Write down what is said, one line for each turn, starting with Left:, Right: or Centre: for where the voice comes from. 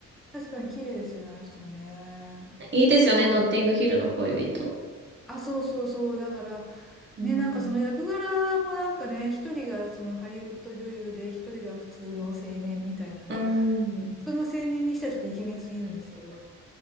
Centre: 確かに綺麗ですよね、あの人もね。
Right: いいですよね、
Centre: ま
Right: ノッティングヒルの恋人。
Centre: あ、あそうそうそう。だから、
Right: うん
Centre: ね、なんかその役柄もなんかね、一人がそのハリウッド女優で、一人が普通の青年みたいな、
Right: うん。
Centre: まあ、普通の青年にしてはちょっとイケメンすぎるんですけど、っ